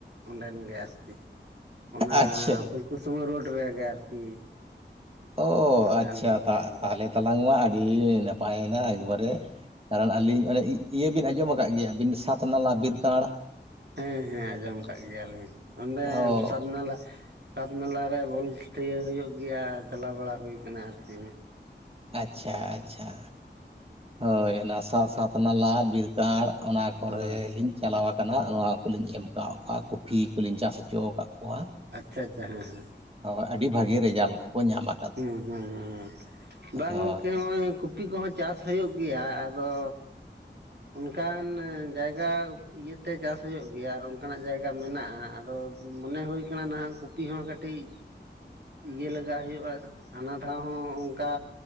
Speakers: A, on the right; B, on the right.
A: ᱚᱸᱰᱮᱱ ᱜᱮ ᱟᱨᱠᱤ ᱚᱱᱟ
B: ᱟᱪᱪᱷᱟ
A: ᱯᱷᱩᱞᱠᱩᱥᱢᱟᱹ ᱨᱳᱰ ᱨᱮᱜᱮ ᱟᱨᱠᱤ
B: ᱚ
A: ᱱᱟᱜ
B: ᱟᱪᱷᱟ
A: ᱠᱷᱟᱱ ᱟᱛᱳ ᱫᱚ
B: ᱛᱟᱦᱚᱞᱮ ᱛᱟᱞᱟᱝ ᱢᱟ ᱟᱹᱰᱤ ᱱᱟᱯᱟᱭᱮᱱᱟ ᱮᱠᱵᱟᱨᱮ ᱠᱟᱨᱚᱱ ᱟᱹᱞᱤᱧ ᱚᱱᱮ ᱤᱭᱟᱹ ᱵᱤᱱ ᱟᱸᱡᱚᱢ ᱟᱠᱟᱫ ᱜᱮᱭᱟ ᱵᱤᱱ ᱥᱟᱛ ᱱᱟᱞᱟ ᱵᱤᱨ ᱠᱟᱣᱬᱟ ᱾
A: ᱦᱮᱸ ᱦᱮᱸ ᱟᱸᱡᱚᱢ ᱠᱟᱜ ᱜᱮᱭᱟᱞᱤᱧ ᱚᱸᱰᱮ
B: ᱦᱚᱸ
A: ᱥᱟᱛ ᱢᱮᱞᱟ ᱥᱟᱛ ᱢᱮᱞᱟ ᱨᱮ ᱵᱚᱞ ᱠᱷᱴᱷᱤᱭᱟ <unintelligible> ᱹ ᱦᱩᱭᱩᱜ ᱜᱮᱭᱟ ᱪᱟᱞᱟᱣ ᱵᱟᱲᱟ ᱦᱩᱭ ᱟᱠᱟᱱᱟ ᱟᱨᱠᱤ
B: ᱟᱪᱷᱟ ᱟᱪᱷᱟ ᱦᱳᱭ ᱚᱱᱟ ᱥᱟᱶ ᱥᱟᱛ ᱱᱟᱞᱟᱦᱟ ᱵᱤᱨ ᱠᱟᱬ ᱚᱱᱟ ᱠᱚᱨᱮ
A: ᱦᱳᱭ
B: ᱞᱤᱧᱼᱼ ᱪᱟᱞᱟ ᱣᱟᱠᱟᱱᱟ ᱱᱚᱣᱟ ᱠᱩᱞᱤᱧ ᱮᱢ ᱟᱠᱟᱣᱟᱜ ᱠᱚᱣᱟ ᱠᱩᱯᱷᱤ ᱠᱩᱞᱤᱧ ᱪᱟᱥ ᱦᱚᱪᱚ ᱣᱟᱠᱟᱜ ᱠᱚᱣᱟ᱾
A: ᱟᱪᱷᱟ ᱟᱪᱷᱟ ᱦᱮᱸ ᱦᱮᱸ᱾
B: ᱦᱚᱭ ᱟᱹᱰᱤ ᱵᱷᱟᱜᱮ ᱨᱮᱡᱟᱞ ᱠᱚ ᱦᱚᱸᱠᱚ ᱧᱟᱢᱟ᱾
A: ᱦᱩᱸ ᱦᱩᱸ ᱦᱩᱸ ᱦᱩᱸ ᱵᱟᱝ
B: ᱦᱳᱭ
A: ᱜᱚᱝᱠᱮ ᱦᱚᱸᱜ-ᱚᱭ ᱠᱩᱯᱤ ᱠᱚᱦᱚᱸᱼᱼ ᱪᱟᱥ ᱦᱚᱭᱩᱜ ᱜᱮᱭᱟ ᱟᱫᱚᱼᱼ ᱚᱱᱠᱟᱱ ᱡᱟᱭᱜᱟ ᱤᱭᱟᱹᱛᱮ ᱪᱟᱥ ᱦᱚᱭᱩᱜ ᱜᱮᱭᱟ ᱟᱨ ᱚᱱᱠᱟ ᱱᱟᱜ ᱡᱟᱭᱜᱟ ᱢᱮᱱᱟᱜ-ᱟ ᱟᱫᱚᱼᱼ ᱢᱚᱱᱮ ᱦᱩᱭ ᱠᱟᱱᱟ ᱱᱟᱦᱟᱸᱜ ᱠᱩᱯᱤ ᱦᱚᱸ ᱠᱟᱹᱴᱤᱡᱼᱼ
B: <unintelligible>
A: ᱤᱭᱟᱹ ᱞᱟᱜᱟ ᱦᱩᱭᱩᱜᱼᱟ ᱦᱟᱱᱟ ᱫᱷᱟᱣ ᱦᱚᱸ ᱚᱱᱠᱟ